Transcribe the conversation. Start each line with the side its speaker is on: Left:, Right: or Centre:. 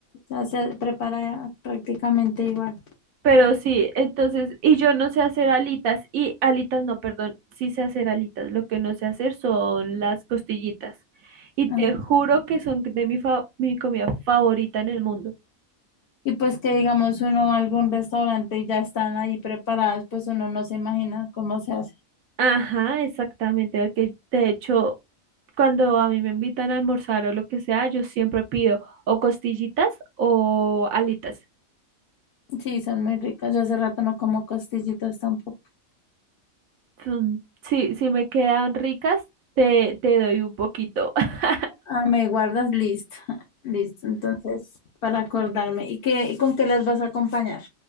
Left: O sea, se prepara prácticamente igual.
Right: Pero sí, entonces, y yo no sé hacer alitas, y alitas no, perdón, sí sé hacer alitas. Lo que no sé hacer son las costillitas. Y
Left: Ajá.
Right: te juro que son de mi, fa- mi comida favorita en el mundo.
Left: Y pues que digamos uno va a algún restaurante y ya están ahí preparadas, pues uno no se imagina cómo se hace.
Right: Ajá, exactamente. Porque de hecho, cuando a mí me invitan a almorzar o lo que sea, yo siempre pido o costillitas o alitas.
Left: Sí, son muy ricas. Yo hace rato no como costillitas tampoco.
Right: Mm, Sí, si me quedan ricas, te, te doy un poquito. <laughs>
Left: Ah, me guardas listo. <laughs> Listo, entonces, para acordarme. ¿Y qué, y con qué las vas a acompañar?